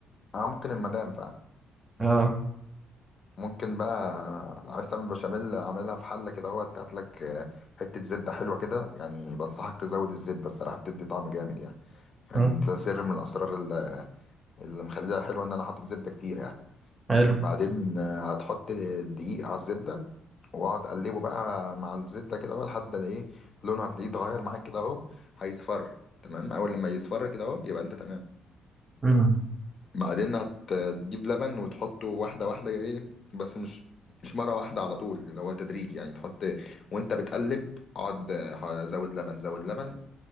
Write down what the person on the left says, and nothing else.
اه ممكن المدام فعلا
ممكن بقى لو عايز تعمل بشاميل اعملها في حلة كده اهوت هات لك آه، حتة زبدة حلوة كده يعني بنصحك تزود الزبدة الصراحة بتدي طعم جامد يعني يعني
ده سر من الاسرار اللي اللي مخليها حلوة ان انا حاطط زبدة كتير يعني
بعدين آه، هتحط دقيق على الزبدة واقعد اقلبه بقى مع الزبدة كده بقى لحد ما ايه لونه هتلاقيه اتغير معاك كده اهو هيصفر تمام اول لما يصفر كده اهو يبقى انت تمام
بعدين هتجيب لبن وتحطه واحدة واحدة ايه بس مش مش مرة واحدة على طول اللي هو تدريج يعني تحط وانت بتقلب اقعد آه، زود لبن زود لبن